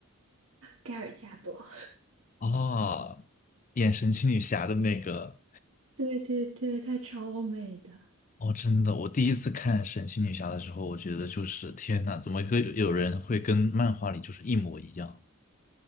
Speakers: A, on the right; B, on the left.
A: 盖尔加朵。<laughs>
B: 哦，演神奇女侠的那个。
A: 对对对，她超美的。
B: 哦，真的，我第一次看神奇女侠的时候，我觉得就是天呐，怎么会有人会跟漫画里就是一模一样？